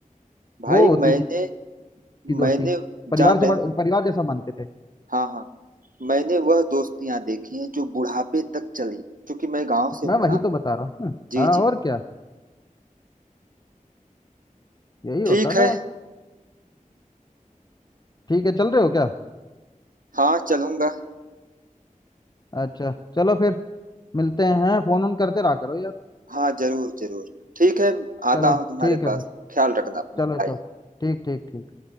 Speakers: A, on the right; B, on the left.
A: भाई
B: वो होती
A: मैंने
B: थी की दोस्ती
A: मैंने
B: परिवार
A: जान
B: से
A: रहे
B: बड़, परिवार जैसा मानते थे
A: हाँ हाँ मैंने वह दोस्तियां देखी हैं जो बुढ़ापे तक चली क्योंकि मैं गांव से
B: मैं
A: हूं
B: वही
A: ना
B: तो बता रहा हूँ हम्म,
A: जी
B: हाँ
A: जी
B: और क्या यही होता
A: ठीक है
B: था ठीक है चल रहे हो क्या
A: हाँ चलूंगा
B: अच्छा चलो फिर मिलते हैं फोन ऑन करते रहा करो यार
A: हाँ जरूर जरूर ठीक है आता
B: चलो
A: हूँ तुम्हारे
B: ठीक
A: पास
B: है फिर
A: ख्याल रखना अपना
B: चलो चलो
A: बाय
B: ठीक ठीक ठीक